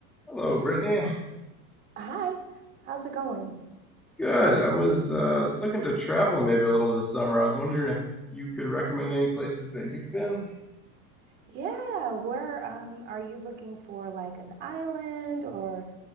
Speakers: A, in the centre; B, on the right (about 20°).
A: Hello, Brittany.
B: Hi, how's it going?
A: Good. I was uh, looking to travel maybe a little this summer. I was wondering if you could recommend any places that you've been. I'm
B: Yeah, where um are you looking for like an island or